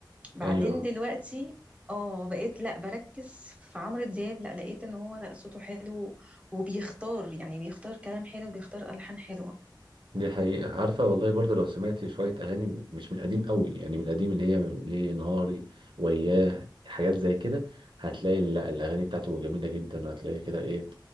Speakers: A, on the right (about 15°); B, on the right (about 85°).
A: بعدين
B: ايوه
A: دلوقتي اه بقيت لا بركز في عمرو دياب لا لقيت ان هو لا صوته حلو وبيختار يعني بيختار كلام حلو بيختار الحان حلوه
B: دي حقيقة عارفة والله برضه لو سمعتي شوية أغاني مش من القديم قوي يعني من القديم اللي هي ليلي نهاري وياه حاجات زي كده هتلاقي ال- الأغاني بتاعته جميلة جدا وهتلاقي كده إيه